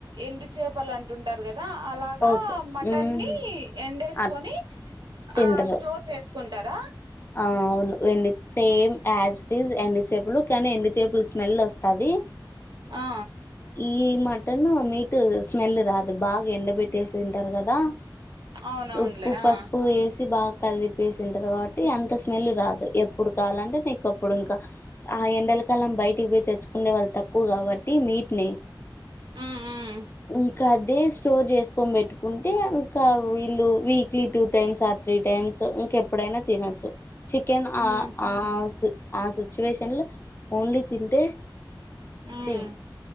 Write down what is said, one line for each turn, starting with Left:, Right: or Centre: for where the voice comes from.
Right: ఎండు చేపలు అంటుంటారు కదా అలాగా
Left: ఓకే
Right: మటన్
Left: ఉమ్
Right: ని ఎండేసుకొని
Left: అట్ తిండ్రు
Right: ఆ స్టోర్ చేసు కుంటారా
Left: ఆ ఎం సేమ్ యాజ్ ఇట్ ఇస్్ ఎండు చేపలు కానీ ఎండు చేపులు స్మెల్ వస్తది
Right: ఆ
Left: ఈ మటన్ మీట్ స్మెల్ రాదు బాగా ఎండ పెట్టేసి తింటారు కదా
Right: అవునవునులే
Left: ఉప్పు పసుపు
Right: ఆ
Left: ఏసి బా కలిపేసినా తారు అంత స్మెల్ రాదు ఎప్పుడు కావాలంటే నీకు అప్పుడు ఇంకా ఆ ఎండల కాలం బయటికి పోయి తెచ్చుకు ఉండే వాళ్ళ తక్కువ కాబట్టి మీటిని
Right: ఉమ్ ఉమ్
Left: ఇంకా అదే స్టోర్ చేసుకొని పెట్టుకుంటే ఇంకా వీళ్ళు weekly two times or three times ఇంకెప్పుడైనా తినొచ్చు చికెన్
Right: ఉమ్
Left: ఆ ఆ ఆ సిచువేషన్ లో ఓన్లీ తింటే
Right: హ్మ్మ్
Left: చి